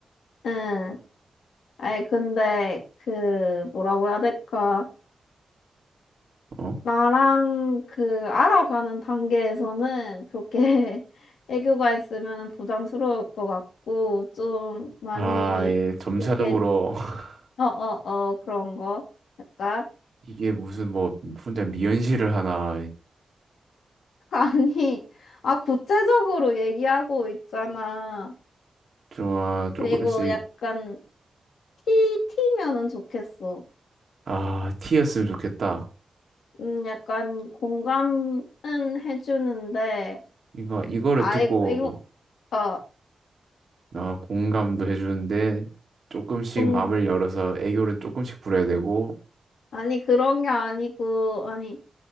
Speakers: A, on the left (about 85°); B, on the right (about 65°).
A: 응 아니 근데 그 뭐라고 해야 될까
B: 어?
A: 나랑 그 알아가는 단계에서는 그렇게 <laughs> 애교가 있으면 부담스러울 것 같고 좀 많이
B: 아, 예, 점차적으로
A: 이렇게
B: <laughs>
A: 어어어 그런 거 약간
B: 이게 무슨 뭐 혼자 미연시를 하나,
A: <laughs> 아니 아 구체적으로 얘기하고 있잖아.
B: 좀, 아, 조금씩,
A: 그리고 약간 피 튀면은 좋겠어.
B: 아, 티였으면 좋겠다.
A: 음, 약간 공감은 해주는데,
B: 이거, 이거를
A: 아이고,
B: 듣고,
A: 이거, 어,
B: 아, 공감도 해주는데, 조금씩
A: 음,
B: 마음을 열어서 애교를 조금씩 부려야 되고,
A: 아니, 그런 게 아니고, 아니,